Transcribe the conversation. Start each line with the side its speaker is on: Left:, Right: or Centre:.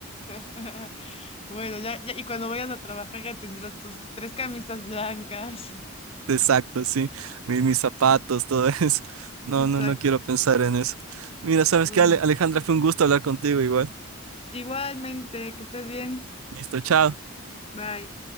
Left: <laughs> Bueno, ya, ya- y cuando vayas a trabajar ya tendrás tus tres camisas blancas. <laughs>
Right: Exacto, sí. Mi- mis zapatos, todo <laughs> eso. No,
Left: Exacto.
Right: no, no quiero pensar en eso. Mira, ¿sabes
Left: Bueno,
Right: qué, Ale- Alejandra? Fue un gusto hablar contigo igual.
Left: igualmente, que estés bien.
Right: Listo, chao.
Left: Bye.